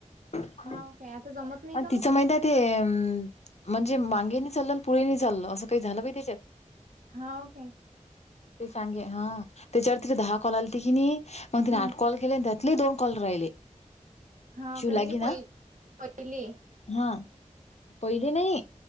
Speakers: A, on the left; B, on the right.
A: ग
B: हाव काय आता जमत नाही का मग
A: तिचं माहितीये ते म्हणजे मागेनी चाललं आणि पुढे नाही चाललं असं काही झालं बाई त्याच्यात.
B: हाव काय?
A: ते सांगे हा, त्याच्यावर तिला दहा कॉल आलते की नाही मग,
B: हम्म
A: तिने आठ कॉल केले त्यातले दोन कॉल राहिले.
B: हा,
A: शिव
B: काय
A: लागी
B: गे
A: ना
B: पहि पहिलेय
A: हा, पहिले नाही,